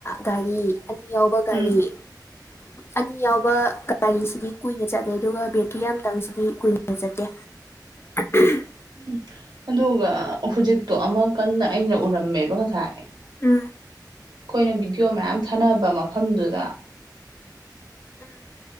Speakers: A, on the left (about 35°); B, on the right (about 75°).
A: ꯒꯥꯔꯤ ꯑꯅꯤ ꯌꯥꯎꯕ ꯒꯥꯔꯤ
B: ꯎꯝ
A: ꯑꯅꯤ ꯌꯥꯎꯕ ꯒꯥꯔꯤꯁꯤꯗꯤ ꯀꯨꯏꯅ ꯆꯠꯂꯦ ꯑꯗꯨꯒꯥ ꯕꯦꯇ꯭ꯔꯤ ꯑꯃꯇꯪꯁꯤꯗꯤ ꯀꯨꯏꯅ ꯆꯠꯇꯦ <unintelligible>
B: ꯎꯝ ꯑꯗꯨꯒꯥ ꯍꯨꯖꯤꯛꯇꯣ ꯑꯃ ꯀꯟꯅ ꯑꯩꯅ ꯎꯔꯝꯃꯦꯕ ꯉꯁꯥꯏ
A: ꯎꯝ
B: ꯈꯣꯏꯅ ꯚꯤꯗꯤꯑꯣ ꯃꯌꯥꯝ ꯊꯥꯅꯕ ꯃꯐꯝꯗꯨꯗꯥ
A: ꯎꯝ